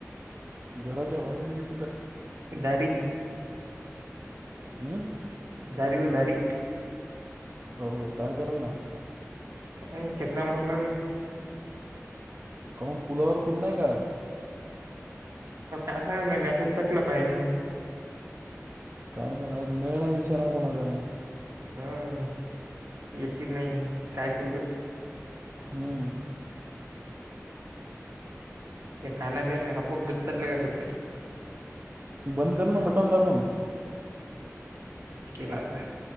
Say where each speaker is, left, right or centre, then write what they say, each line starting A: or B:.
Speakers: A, on the right; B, on the right.
A: घराच्या बाहेर म्हणजे कुठं?
B: दारी!
A: <inaudible>
B: दारी ओ दारी!
A: हो का काय करायला?
B: काही नाही चक्र मारला लागलो.
A: काहून पुलावर कोण नाही का आज?
B: असा काय मी मेसेज टाकला बाहेर या मग
A: काय नाही आज मेळ नाय शहाण्या कोणाचा.
B: हो येतील नाही, काय करू तो?
A: हम्म!
B: या कानाच्या हेन आपोआप दपतात बटन.
A: बंद कर ना बटन दाबून.
B: केला आता